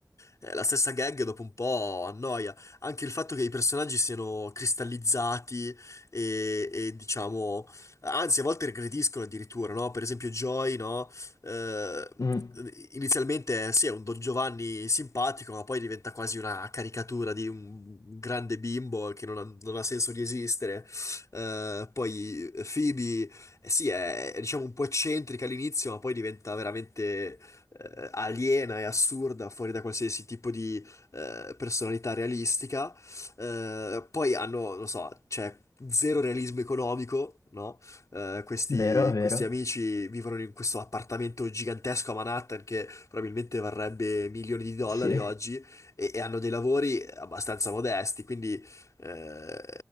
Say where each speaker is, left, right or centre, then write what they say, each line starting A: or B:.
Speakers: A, on the left; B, on the left.
A: eh. Eh, la stessa gag dopo un po' annoia. Anche il fatto che i personaggi siano cristallizzati e, e, diciamo, anzi, a volte regrediscono addirittura, no? Per esempio, Joy, no? Eh,
B: Mm.
A: inizialmente sì, è un Don Giovanni simpatico, ma poi diventa quasi una caricatura di un grande bimbo che non ha, non ha senso di esistere. Eh, poi Phoebe eh sì, è, è, diciamo un po' eccentrica all'inizio, ma poi diventa veramente eh, aliena e assurda, fuori da qualsiasi tipo di eh, personalità realistica. Eh, poi hanno, non so, c'è zero realismo economico, no? Eh, questi,
B: Vero, vero.
A: questi amici vivono in questo appartamento gigantesco a Manhattan che probabilmente varrebbe milioni di dollari
B: Sì.
A: oggi e, e hanno dei lavori abbastanza modesti, quindi eh,